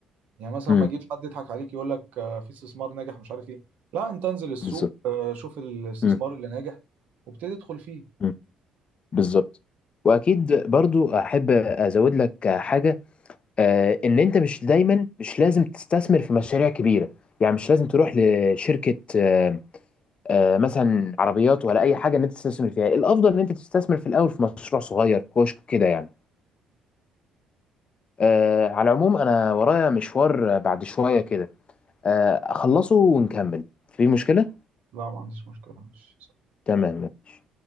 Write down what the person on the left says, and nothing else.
مم.
بالظبط
مم.
مم. بالظبط واكيد برضو احب ازود لك حاجه آه، ان انت مش دايما مش لازم تستثمر في مشاريع كبيره يعني مش لازم تروح لشركه آه، آه، مثلا عربيات ولا اي حاجه ان انت تستثمر فيها الافضل ان انت تستثمر في الاول في مشروع صغير كشك كده يعني آه، على العموم انا ورايا مشوار بعد شويه كده آه، اخلصه ونكمل في مشكله
تمام مفيش.